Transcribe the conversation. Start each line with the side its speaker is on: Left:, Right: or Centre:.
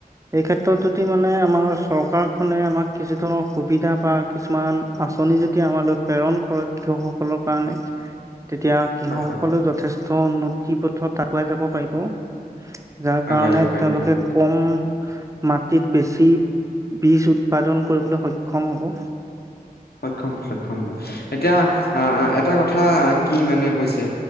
Right: এই ক্ষেত্ৰত যদি মানে আমাৰ চৰকাৰখনে আমাক কিছু ধৰণৰ সুবিধা বা কিছুমান আঁচনি যদি আমালৈ প্ৰেৰণ কৰে কৃষকসকলৰ কাৰণে তেতিয়া কৃষকসকলেও
Left: হয় হয়
Right: যথেষ্ট উন্নতি পথত আগুৱাই যাব পাৰিব যাৰ কাৰণে
Left: আগুৱাই যাব পাৰিব
Right: তেওঁলোকে
Left: হয়
Right: কম মাটিত বেছি বীজ উত পাদন কৰিবলৈ সক্ষম হ'ব।
Left: সক্ষম হব সক্ষম হব এতিয়া আহ এটা কথা কি মানে হৈছে।